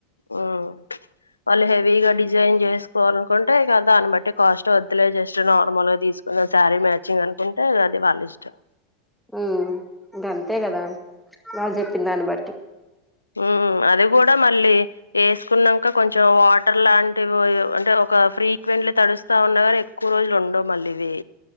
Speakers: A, on the left; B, in the centre.
A: హుమ్ వాళ్ళు హెవీగా డిజైన్ చేసుకోవాలనుకుంటే ఇగ దాన్ని బట్టి కాస్ట్ వద్దు లే జస్ట్ నార్మల్గ తీసుకుందాం శారీ మ్యాచింగ్ అనుకుంటే అది వాళ్ళ ఇష్టం
B: ఉ గంతే కదా వాళ్ళు చెప్పిన దాన్ని బట్టి
A: హుమ్ అది కూడా మళ్ళీ వేసుకున్నాక కొంచెం వాటర్ లాంటివి అంటే ఒ ఒక ఫ్రీక్వెంట్లీ తడుస్తా ఉన్నాగాని ఎక్కువ రోజులు ఉండవు మళ్ళీ ఇవి